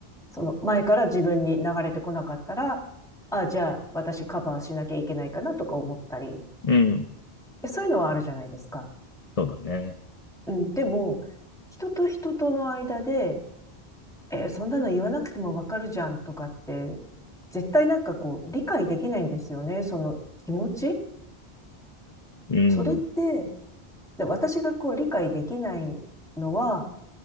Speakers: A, in the centre; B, on the left (about 35°).
A: その前から自分に流れてこなかったら、ああ、じゃあ私カバーしなきゃいけないかなとか思ったり、
B: うん、うん。
A: そういうのはあるじゃないですか。
B: そうだね。
A: うん、でも、人と人との間で、えーそんなの言わなくてもわかるじゃんとかって、絶対なんかこう、理解できないんですよね、その気持ち。
B: うん。
A: それって、で私がこう理解できないのは、